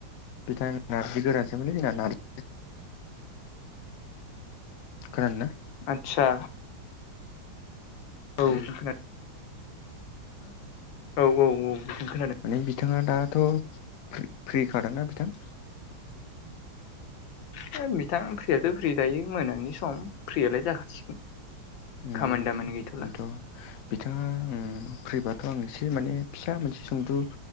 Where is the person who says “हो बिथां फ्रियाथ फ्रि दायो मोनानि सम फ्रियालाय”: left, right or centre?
Left